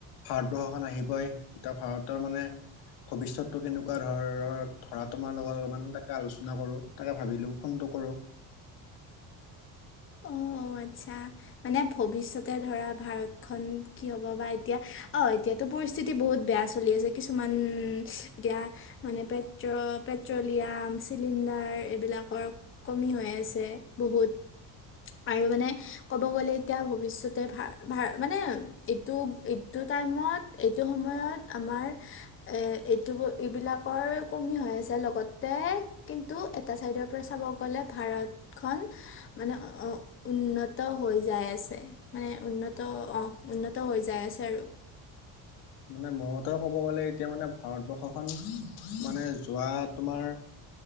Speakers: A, on the left; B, on the left.
A: ভাৰতবৰ্ষখন আহিবই এতিয়া ভাৰতৰ মানে ভৱিষ্যতটো কেনেকুৱা ধৰৰ ধৰা তোমাৰ লগত অলপমান তাকে আলোচনা কৰো তাকে ভাবিলো ফোনটো কৰো
B: অঁ আচ্ছা মানে ভৱিষ্যতে ধৰা ভাৰতখন কি হ'ব বা এতিয়া অ' এতিয়াতো পৰিস্থিতি বহুত বেয়া চলি আছে কিছুমান এতিয়া মানে পে পেট্ৰলিয় আঁ ছিলিণ্ডাৰ এবিলাকৰ কমি হৈ আছে বহুত আৰু মানে ক'ব গ'লে এতিয়া ভৱিষ্যতে ভা ভা মানে এইটো এইটো ত টাইমত এইটো সময়ত আমাৰ এইটো এইবিলাকৰ কমি হৈ আছে লগতে কিন্তু এটা চাইডৰ পৰা চাব গ'লে ভাৰতখন মানে
A: <inaudible>
B: অ, উন্নত হৈ যাই আছে মানে উন্নত অ' উন্নত হৈ যাই আছে আৰু
A: <inaudible> মানে মোৰ মতে ক'ব গ'লে এতিয়া মানে ভাৰতবৰ্ষখন মানে যোৱা তোমাৰ